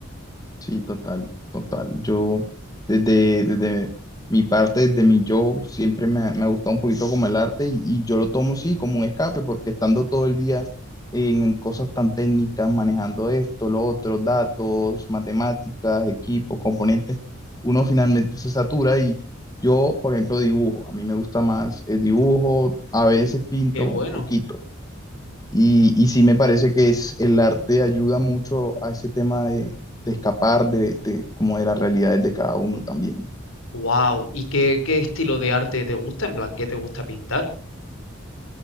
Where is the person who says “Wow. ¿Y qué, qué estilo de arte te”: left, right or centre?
Left